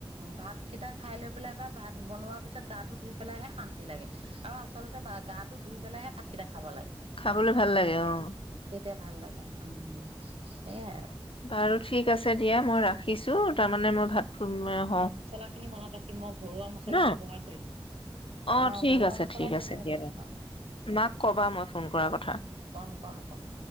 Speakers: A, on the right (about 75°); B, on the left (about 65°).
A: ভাত কেইটা খাই লৈ পেলাই বা ভাত বনোৱা পিছত গাত ধুই পেলাইহে শান্তি লাগে, আৰু আচলতে গাটো ধুই পেলাইেহে ভাতকেইটা খাব লাগে
B: খাবলৈ ভাল লাগে আহ
A: তেতিয়া ভাল লাগে, উম উম সেয়াই আৰু
B: বাৰু ঠিক আছে দিয়া মই ৰাখিছো, তাৰমানে মই ভাত-
A: মছলা খিনি মনত ৰাখিম মই ঘৰুৱা মছলা
B: ন?
A: ব্যৱহাৰ কৰিম।
B: অ',
A: আহ
B: ঠিক
A: ঘৰুৱা
B: আছে
A: মছলাই
B: ঠিক
A: ব্যৱহাৰ
B: আছে দিয়া।
A: কৰিম, আহ
B: মাক কবা মই ফোন কৰাৰ কথা।
A: কম কম কম